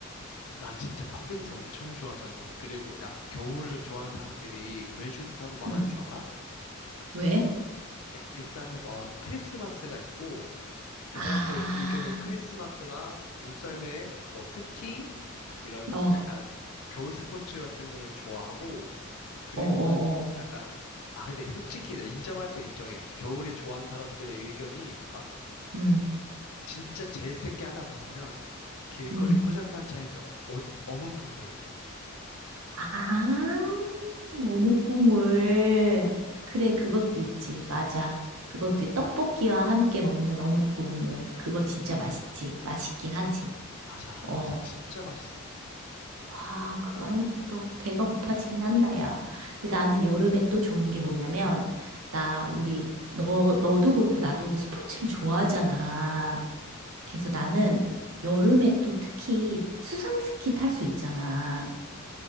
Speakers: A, on the left; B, on the right.
A: 나 진짜 팥빙수 엄청 좋아하잖아. 그리고 야, 겨울 좋아하는 사람들이 왜 좋다고 말하는
B: 응.
A: 줄 알아?
B: 왜?
A: 에- 일단은 뭐 크리스마스가 있고 그
B: 아,
A: 사람들 의견은 크리스마스랑 눈썰매, 뭐 스키 이런
B: 어.
A: 약간 겨울 스포츠 같은 거를 좋아하고 그리고
B: 어어어.
A: 약간 아 근데 솔직히 나 인정할 건 인정해. 겨울에 좋아하는 사람들의 의견이 막
B: 음,
A: 진짜 제일 센 게 하나 뭐냐면 길거리
B: 음.
A: 포장마차에 있는 어, 어- 어묵 국물.
B: 아, 어묵국물. 그래, 그것도 있지. 맞아. 그것도 있- 떡볶이와 함께 먹는 어묵국물. 그거 진짜 맛있지. 맛있긴 하지.
A: 맞아,
B: 어.
A: 맞아. 진짜 맛있어.
B: 와, 그거 하니까 또 배가 고파지긴 한다, 야. 근데 나는 여름에 또 좋은 게 뭐냐면, 나, 우리, 너, 너도 그렇고 나도 그렇고 스포츠를 좋아하잖아. 그래서 나는 여름에 또 특히 수상스키 탈 수 있잖아.